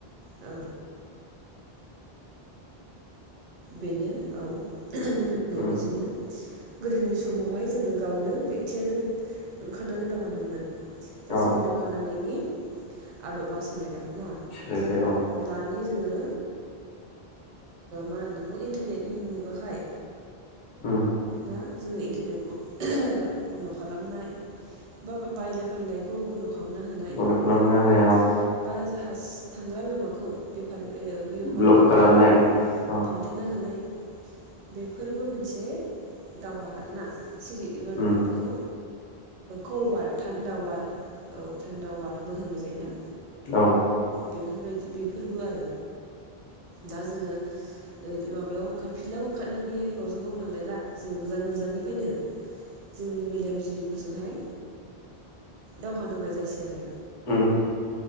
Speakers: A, on the right; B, on the left.
A: औ बेनो औ नों होननाय
B: उम
A: बायदिनो गोदोनि समावहाय जोङो गावनो बेक्टेरियालनो ओंखारनानै दावहा नांगोन दा
B: औ
A: जोंनि दावहा नांनायनि आद'बा सोलाय लांबाय
B: सोलायबाय औ
A: ओं दानि जोङो मा नोंगौ इन्टारनेटनि मुगाखाय
B: उम
A: ना जोङो इन्टारनेट बन्द' खालामनाय बा बायलाय फानलायखौ बन्द' खालाम <unintelligible>
B: बन्द' खालामना होनाय औ
A: थांग्रा लामाखौ बेफार बे बेफार
B: ब्लक
A: खालामग्रा
B: खालामनाय औ
A: फांथेना होनाय बेफोरबो मोनसे दावहा आरोना सिरियै मा
B: उम
A: होनो बेखौ कल वार थान्दा वार औ थान्दा अवारबो होनजायोना
B: औ
A: बेफोरबायदि बेफोरबो आरो दा जोङो माबायाव ओंखार फिल्डआव ओंखारनानैहाय गावजों गाव नांलायला जोङो गोजान गोजाननिफ्रायनो जोंनि मेलेमजिबिफोरजोंहाय दावहा नांनाय जासै आरो
B: उम